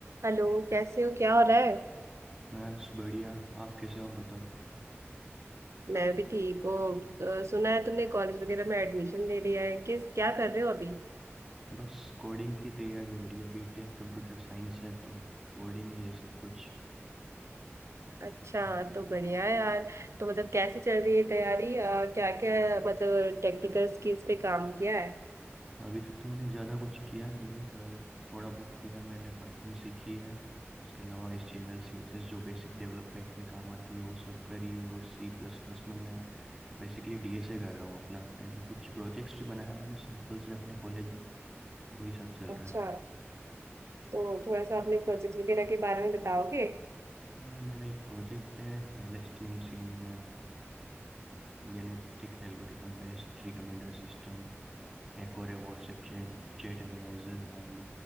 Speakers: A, on the right; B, in the centre.
A: हेलो कैसे हो क्या हो रहा है
B: बस बढ़िया आप कैसे हो आप बताओ
A: मैं भी ठीक हूँ अ, सुना है तुमने कॉलेज वगैरह में एडमिशन ले लिया है किस क्या कर रहे हो अभी
B: बस कोडिंग की तैयारी हो रही है बीटेक कंप्यूटर साइंस है तो कोडिंग ही है सब कुछ
A: अच्छा
B: अभी
A: तो बढ़िया है यार तो मतलब कैसे चल रही है तैयारी क्या क्या मतलब टेक्निकल स्किल्स पे काम किया है
B: अभी तक तो मैंने ज़्यादा कुछ किया नहीं है पर थोड़ा बहुत किया है मैंने पाइथन सीखी है उसके अलावा H T M L C S S जो बेसिक डेवलपमेंट में काम आती है वो सब करी है और सी प्लस प्लस में मैं बेसिकली डी एस ए कर रहा हूँ अपना एंड कुछ प्रोजेक्ट्स भी बनाया मैंने सिंपल से अपने कॉलेज में वही सब चल
A: अच्छा
B: रहा है
A: तो थोड़ा सा अपने प्रोजेक्ट्स वगैरह के बारे में बताओगे
B: ना मेरा एक प्रोजेक्ट है L S T M C N N M, genetic algorithm based recommender system एक और है WhatsApp chat chat analyser And